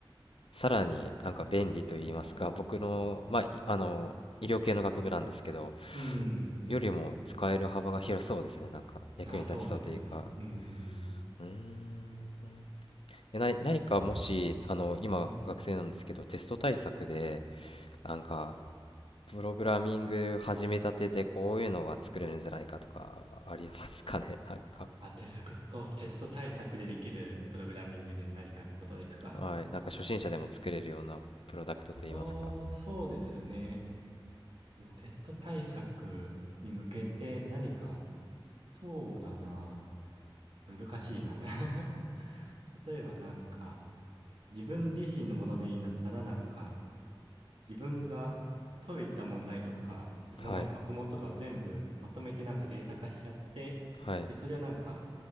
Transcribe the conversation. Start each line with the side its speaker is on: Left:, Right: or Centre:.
Left: さらになんか便利と言いますか、僕の、まあ、いあの、医療系の学部なんですけど、
Right: うん。
Left: よりも使える幅が広そうですね。なんか、役に立ちそうというか。
Right: ああ、そうですね。うん。
Left: うーん。え、な、何かもし、
Right: えー
Left: あの、今、
Right: うん。
Left: 学生なんですけど、テスト対策で、なんかプログラミング始めたてでこういうのが作れるんじゃないかとかありますかね <laughs> なんか
Right: あ、テストと、テスト対策でできるプログラミングで何かってことですか
Left: はいなんか初心者でも作れるようなプロダクトといいますか
Right: ああ、そうですね。もうテスト対策に向けて何か、そうだな。難しいな。<laughs> 例えばなんか、自分自身のものでいいんだったらなんか、自分が解いた問題とか、
Left: はい
Right: 今まで過去問とかを全部まとめてなんかデータ化しちゃって、
Left: はい
Right: で、それをなんか